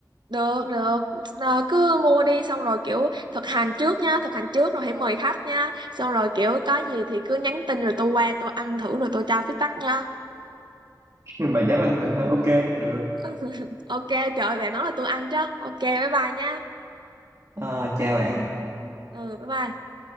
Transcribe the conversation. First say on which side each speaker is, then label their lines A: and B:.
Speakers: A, on the right; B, on the right.
A: được được Ờ, cứ mua đi xong rồi kiểu thực hành trước nha thực hành trước rồi hãy mời khách nha xong rồi kiểu có gì thì cứ nhắn tin rồi tôi qua tôi ăn thử rồi tôi cho feedback nha
B: <laughs> bà dám ăn thử ha ok được
A: <laughs> ok trời ơi, bạn nói là tôi ăn chứ ok bye bye nha
B: à, chào bạn
A: ừ bye bye